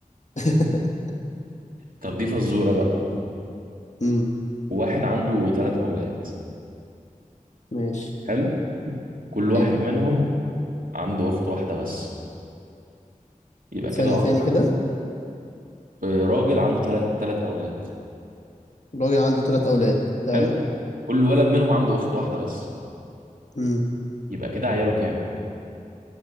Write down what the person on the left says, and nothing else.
<laughs>
امم
ماشي
حلو
ثانية
تاني كده
الراجل عنده ثلاث أولاد تمام
امم